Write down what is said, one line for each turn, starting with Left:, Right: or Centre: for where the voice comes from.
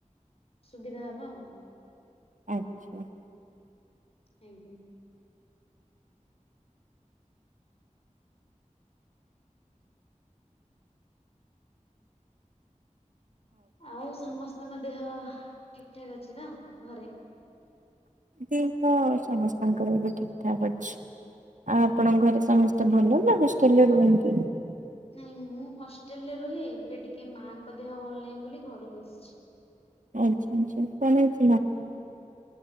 Left: ସୁବିଧା ହବ ଆଉ
Right: ଆଜ୍ଞା।
Left: ଆଜ୍ଞା। ଆଉ ସମସ୍ତଙ୍କ ଦେହ ଠିକ ଠାକ ଅଛି ତ ଘରେ?
Right: ଦେହ ସମସ୍ତଙ୍କର ବି ଠିକ୍ ଠାକ ଅଛି। ଆଉ ଆପଣଙ୍କ ଘରେ ସମସ୍ତେ ଭଲ ନା ହଷ୍ଟେଲରେ ରୁହନ୍ତି।
Left: ନାଇଁ ମୁଁ ହଷ୍ଟେଲରେ ରୁହେ ଏବେ ଟିକେ ମାଙ୍କ ଦେହ ଭଲ ନାହିଁ ବୋଲି ଘରକୁ ଆସିଛି।
Right: ଆଚ୍ଛା ଆଚ୍ଛା କେ
Left: ଆଜ୍ଞା